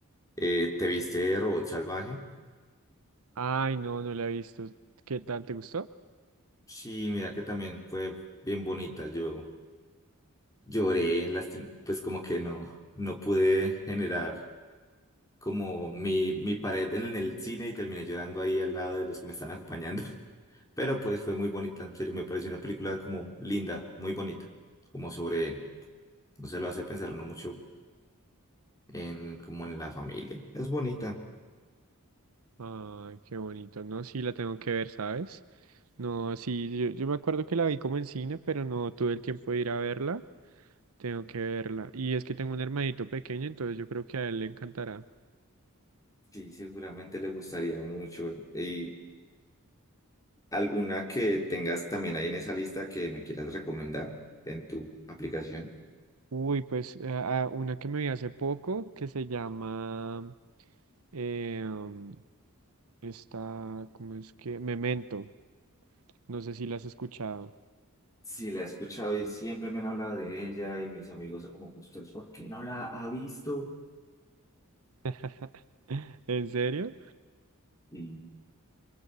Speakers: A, on the left (about 15°); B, on the right (about 75°).
A: Eh, ¿te viste Robot Salvaje?
B: Ay, no, no la he visto. ¿Qué tal? ¿Te gustó?
A: Sí, mira que también fue bien bonita. Yo lloré, lastim- pues como que no, no pude generar como mi, mi pared en el cine y terminé llorando ahí al lado de los que me están acompañando. <laughs> Pero pues fue muy bonita, en serio, me pareció una película como linda, muy bonita, como sobre, no se lo hace pensar uno mucho en como en la familia. Es bonita.
B: Ay, qué bonito. No, sí, la tengo que ver, ¿sabes? No, sí, yo, yo me acuerdo que la vi como en cine, pero no tuve el tiempo de ir a verla. Tengo que verla. Y es que tengo un hermanito pequeño, entonces yo creo que a él le encantará.
A: Sí, seguramente le gustaría mucho. ¿Y alguna que tengas también ahí en esa lista que me quieras recomendar en tu aplicación?
B: Uy, pues a- a una que me vi hace poco que se llama eh, um, esta, ¿cómo es que? Memento. No sé si la has escuchado.
A: Sí, la he escuchado y siempre me han hablado de ella y mis amigos son como, ¿usted por qué no la ha visto?
B: <laughs> ¿En serio?
A: y